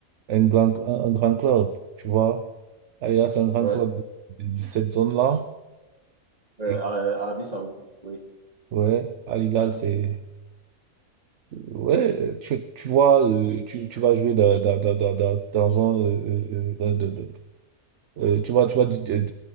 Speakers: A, on the right (about 60°); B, on the right (about 30°).
A: un grand un, un grand club, tu vois. Al Hilal c'est un grand
B: Ouais.
A: club de, de- de cette zone-là
B: Ouais,
A: et
B: Ar- Arabie Saoudite, oui.
A: ouais, Al Hilal c'est Ouais, tu, tu vois, euh, tu, tu vas jouer dans, dans, dans, dans, dans- dans un, euh, euh, euh, dans- dans- euh, tu vas, tu vas euh,